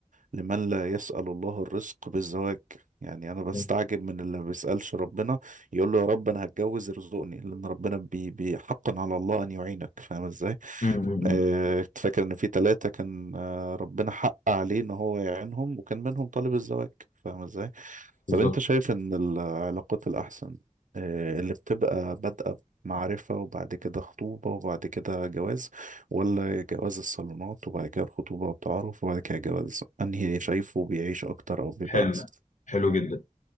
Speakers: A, on the right (about 75°); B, on the left (about 70°).
A: لمن لا يسأل الله الرزق بالزواج يعني أنا بستعجب
B: مم.
A: من اللي ما بيسألش ربنا يقول له يا رب أنا هتجوز ارزقني لأن ربنا بي بي- حقا على الله أن يعينك فاهم إزاي؟
B: مم. مم.
A: آه، كنت فاكر إن في ثلاثة كان آه، ربنا حق عليه إن هو يعينهم وكان منهم طالب الزواج فاهم إزاي؟
B: بالظبط
A: طب انت شايف ان العلاقات الاحسن آه، اللي بتبقى بادئة معرفة وبعد كده خطوبة وبعد كده جواز ولا جواز الصالونات وبعد كده الخطوبة والتعارف وبعد كده جواز انهي شايفه بيعيش اكتر او بيبقى
B: حلو
A: احسن
B: حلو جدا